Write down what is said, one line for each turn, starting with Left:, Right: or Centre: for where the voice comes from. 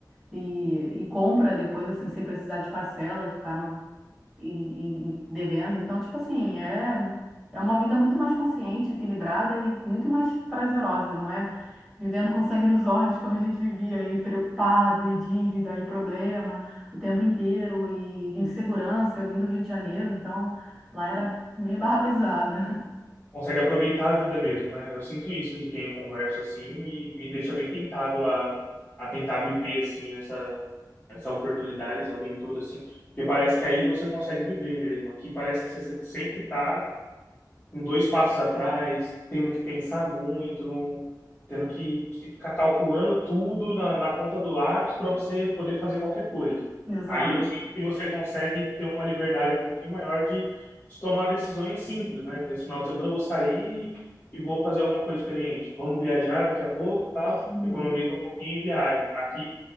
Centre: e, e compra depois, assim, sem precisar de parcela e ficar no, em- em- devendo. Então, tipo assim, é, é uma vida muito mais consciente, equilibrada e muito mais prazerosa, não é? vivendo com sangue nos olhos, como a gente vivia aí, preocupado, e dívida, e problema o tempo inteiro, e insegurança. Eu vim do Rio de Janeiro, então lá era meio barra pesada.
Left: Consegue aproveitar a vida mesmo, né? Eu sinto isso de quem eu converso assim e me deixa bem tentado a, a tentar viver assim essa essa oportunidade, essa aventura assim, porque parece que aí você consegue viver mesmo. Aqui parece que você sempre está com dois passos atrás, tendo que pensar muito, não, tendo que, que ficar calculando tudo na, na ponta do lápis para você poder fazer qualquer coisa.
Centre: <laughs> Exato.
Left: Aí eu sinto que você consegue ter uma liberdade um pouquinho maior de, de tomar decisões simples, né? Nesse final de semana eu vou sair e vou fazer alguma coisa diferente. Vamos viajar daqui a pouco, tal,
Centre: Uhum.
Left: economiza um pouquinho e viaja. Aqui